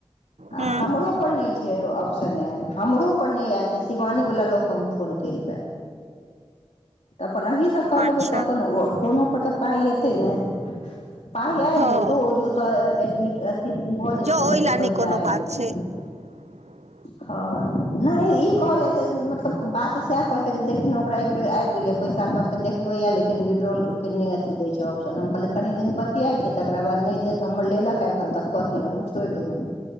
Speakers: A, on the left; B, on the right.
A: आ
B: हूँ
A: हमरो पर नहि। छै ऑप्शन आयल, हमरो पर नहि आयल छै, शिवानीवला लँ के हम फोन केलू हें। त अपन अहीसँ कऽ
B: अच्छा
A: लेबै तऽ अपन कोनो पर तऽ पाइ एतै ने।
B: <inaudible>
A: पाइ आबि
B: हँ
A: जेतौ, ओ जो ओतऽ एडमिट अथी भऽ जेतै
B: जँ ओहि
A: ने
B: लए
A: तऽ पैसा
B: नहि कोनो
A: आबि
B: बात
A: जेतै।
B: <unintelligible>
A: हँ नहि ई कहलियै, जे मतलब बात सएह कहलकै जे देखिन ने ओकरा एक बेर आबि गेलै। पैसा अपना सबके देखबैय लेकिन विड्रॉल के अथि दै छै ऑप्शन, हम कहल। कनि दिन बतियाइ छीयै, तकरा बाद नहि देत हमर लेलक एखन तक कथि, हमूँ छोड़ि देबैन।